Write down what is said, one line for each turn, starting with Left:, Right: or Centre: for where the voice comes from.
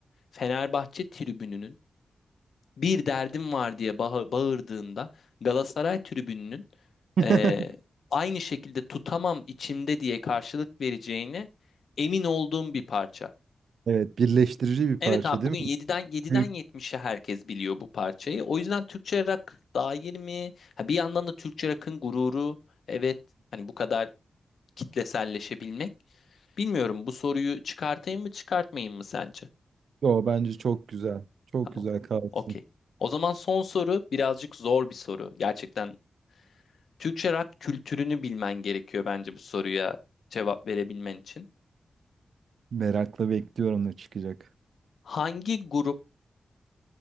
Left: Fenerbahçe tribününün bir derdim var diye bağı- bağırdığında Galatasaray tribününün
Right: <laughs>
Left: eee, aynı şekilde tutamam içimde diye karşılık vereceğine emin olduğum bir parça.
Right: Evet, birleştirici bir
Left: Evet
Right: parça
Left: abi
Right: değil
Left: bugün
Right: mi?
Left: yediden yediden
Right: Büyük.
Left: yetmişe herkes biliyor bu parçayı. O yüzden Türkçe rock dair mi? Ha, bir yandan da Türkçe rock'ın gururu. Evet hani bu kadar kitleselleşebilmek. Bilmiyorum bu soruyu çıkartayım mı çıkartmayayım mı sence?
Right: Yo, bence çok güzel. Çok
Left: Tamam.
Right: güzel kalsın.
Left: Okey. O zaman son soru birazcık zor bir soru. Gerçekten Türkçe rock kültürünü bilmen gerekiyor bence bu soruya cevap verebilmen için.
Right: Merakla bekliyorum ne çıkacak.
Left: Hangi grup,